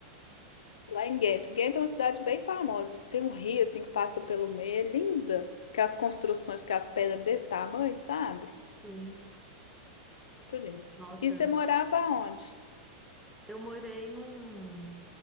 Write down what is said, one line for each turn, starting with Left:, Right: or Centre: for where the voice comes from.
Left: Lá em Ghent. Ghent é uma cidade bem famosa. Tem um rio assim que passa pelo meio, é linda. Que as construções, que as pedras desse tamanho, sabe?
Centre: sim.
Left: Muito lindo.
Centre: Nossa,
Left: E você morava onde?
Centre: eu morei num,